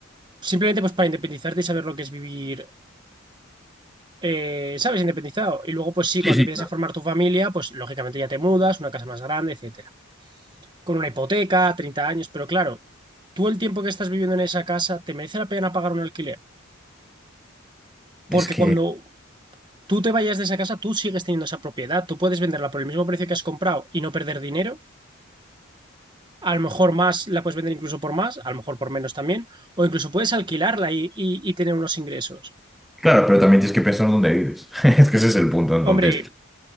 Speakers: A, on the right; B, in the centre.
A: Simplemente pues para independizarte y saber lo que es vivir eh, ¿sabes? Independizado. Y luego, pues sí,
B: Sí,
A: cuando
B: sí.
A: empiezas a formar tu familia, pues lógicamente ya te mudas, una casa más grande, etcétera. Con una hipoteca, 30 años, pero claro, tú el tiempo que estás viviendo en esa casa, ¿te merece la pena pagar un alquiler? Porque
B: Es que,
A: cuando tú te vayas de esa casa, tú sigues teniendo esa propiedad, tú puedes venderla por el mismo precio que has comprado y no perder dinero. A lo mejor más, la puedes vender incluso por más, a lo mejor por menos también, o incluso puedes alquilarla y, y- y tener unos ingresos.
B: claro, pero también tienes que pensar dónde vives. <laughs> Es que ese es el punto. Entonces,
A: Hombre,